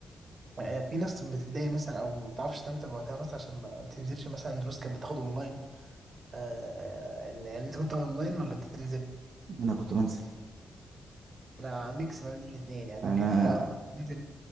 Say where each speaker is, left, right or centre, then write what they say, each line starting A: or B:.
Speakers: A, on the right; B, on the right.
A: آه، في ناس بتتضايق مثلا او ما تعرفش تنتبه وقتها مثلا عشان ما تنزلش مثلا دروس كانت بتاخد اونلاين آه، آه، يعني انت كنت اونلاين ولا بتنزل
B: انا كنت بنزل
A: انا ميكس ما بين الاثنين يعني
B: انا
A: أنا جيت في الاول كنت بنزل